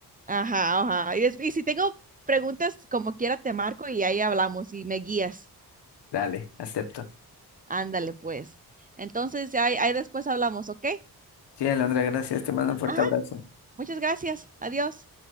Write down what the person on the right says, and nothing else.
Ajá, ajá. Y, des- y si tengo preguntas, como quiera, te marco y ahí hablamos y me guías.
Ándale, pues. Entonces, ahí, ahí después hablamos, ¿ok?
Ajá.
Muchas gracias. Adiós.